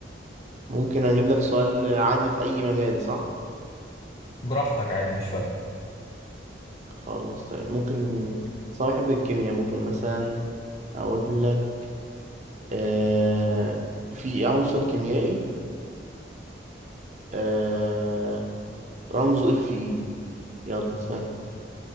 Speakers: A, on the right (about 40°); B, on the left (about 35°).
A: ممكن اجيب لك سؤال عادي في اي مجال صح
B: براحتك عادي مش فارقة
A: خلاص طيب ممكن صاحب الكيمياء ممكن مثلا اقول لك آه في عنصر كيميائي آه رمزه اف اي يلا سهل